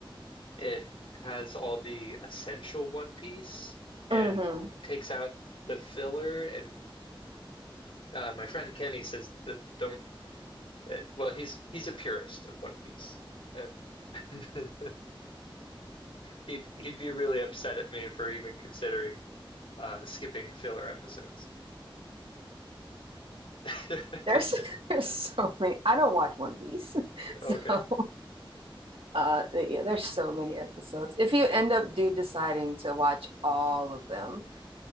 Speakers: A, on the left; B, on the right.
A: it has all the essential One Piece and
B: Mm-hmm.
A: takes out the filler and Uh, my friend Kenny says that don't. Uh, well, he's he's a purist of One Piece, and <laughs> he'd he'd be really upset at me for even considering uh, skipping filler episodes. <laughs>
B: There's <laughs> there's so many. I don't watch One Piece, <laughs> so
A: okay,
B: uh, yeah, there's so many episodes. If you end up do deciding to watch all of them,